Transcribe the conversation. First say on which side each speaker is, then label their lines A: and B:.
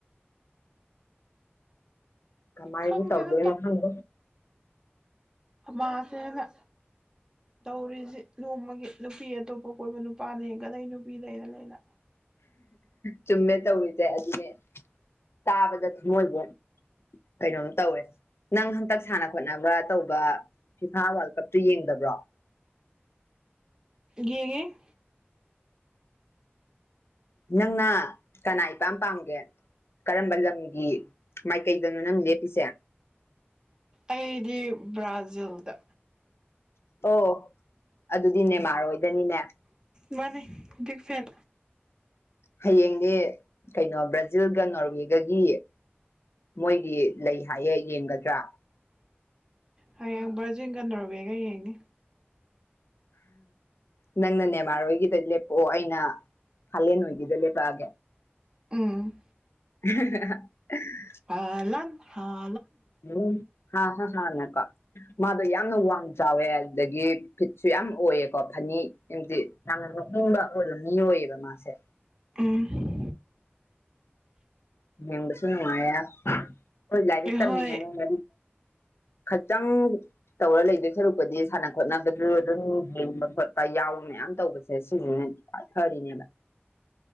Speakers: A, on the left; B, on the right.
A: ꯀꯃꯥꯏꯕꯨ
B: ꯈꯪꯗꯦꯗ
A: ꯇꯥꯎꯗꯅ ꯈꯪꯗ
B: ꯃꯥꯁꯦꯅ ꯇꯧꯔꯤꯁꯤ ꯅꯣꯡꯃꯒꯤ ꯅꯨꯄꯤ ꯑꯇꯣꯞꯄ ꯀꯣꯏꯕ ꯅꯨꯄꯥꯅꯦ ꯀꯗ ꯅꯨꯄꯤꯗꯩꯅ ꯂꯩꯅ
A: ꯆꯨꯝꯃꯦ ꯇꯧꯔꯤꯁꯦ ꯑꯗꯨꯅꯦ ꯇꯥꯕꯗ ꯊꯨꯝꯃꯣꯏꯁꯦ ꯀꯩꯅꯣꯝ ꯇꯧꯋꯦ ꯅꯪ ꯍꯟꯇꯛ ꯁꯥꯟꯅ ꯈꯣꯠꯅꯕ ꯇꯧꯕ ꯐꯤꯐꯥ ꯋꯥꯔꯜ ꯀꯞꯇꯨ ꯌꯦꯡꯗꯕ꯭ꯔꯣ <unintelligible>
B: ꯌꯦꯅꯦꯦ
A: ꯅꯪꯅ ꯀꯅꯥ ꯏꯄꯥꯝ ꯄꯥꯝꯒꯦ ꯀꯔꯝꯕ ꯂꯝꯒꯤ ꯃꯥꯏꯀꯩꯗꯅꯣ ꯅꯪ ꯂꯦꯞꯄꯤꯁꯦ
B: ꯑꯩꯗꯤ ꯕ꯭ꯔꯥꯖꯤꯜꯗ
A: ꯑꯣ ꯑꯗꯨꯗꯤ ꯅꯦꯃꯥꯔꯣꯏꯗꯅꯤꯅꯦ
B: ꯃꯥꯅꯤ ꯛ ꯐꯦꯟ
A: ꯍꯌꯦꯡꯅꯦ ꯀꯩꯅꯣ ꯕ꯭ꯔꯥꯖꯤꯜꯒ ꯅꯣꯔꯋꯦꯒꯒꯤ ꯃꯣꯏꯒꯤ ꯂꯩ ꯍꯥꯏꯌꯦꯦ ꯌꯦꯡꯒꯗ꯭ꯔꯥ
B: ꯍꯌꯦꯡ ꯕꯔꯖꯤꯡꯒꯟꯅꯕꯦꯒ ꯌꯦꯡꯅꯤ
A: ꯅꯪ ꯅꯅꯦ ꯌꯥꯝ ꯃꯔꯣꯏꯒꯤꯗ ꯂꯦꯞꯄꯛꯑꯣ ꯑꯩꯅ ꯐꯥꯂꯦꯟ ꯍꯣꯏꯒꯤꯗ ꯂꯦꯞꯄꯛꯑꯒꯦ
B: ꯎꯝ
A: <unintelligible>
B: ꯑ ꯂ
A: ꯎꯝ ꯍꯥ ꯍꯥ ꯍꯥꯟꯅꯀꯣ ꯃꯥꯗꯣ ꯌꯥꯝꯅ ꯋꯥꯡꯕ ꯆꯥꯎꯋꯦ ꯑꯗꯨꯗꯒꯤ ꯐꯤꯠꯁꯨ ꯌꯥꯝ ꯑꯣꯏꯌꯦ ꯀꯣ ꯐꯅꯤ ꯑꯝꯗꯤ ꯌꯥꯝꯅ ꯂꯣꯛꯅꯤꯡꯕ ꯑꯣꯏꯕ ꯃꯤꯑꯣ ꯑꯣꯏꯏꯌꯦꯕ ꯃꯥꯁꯦ
B: ꯎꯝ
A: ꯌꯦꯕꯁꯨ ꯅꯨꯡꯉꯥꯏꯌꯦ ꯑꯩꯈꯣꯏ ꯂꯥꯏꯔꯤꯛ
B: ꯑꯩꯍꯣꯏ
A: ꯇꯝꯃꯤꯅꯦꯅꯔꯤ ꯈꯈꯤꯇꯪ ꯇꯧꯔ ꯂꯩꯗꯣꯏ ꯁꯔꯨꯛꯄꯗꯤ ꯁꯥꯟꯅ ꯈꯣꯠꯅꯕꯁꯨ ꯑꯗꯨꯝ ꯌꯦꯡꯕ ꯈꯣꯠꯄ ꯌꯥꯎ ꯃꯌꯥꯝ ꯇꯧꯕꯁꯦ ꯁꯤꯁꯤꯅ ꯐꯔꯤꯅꯦꯕ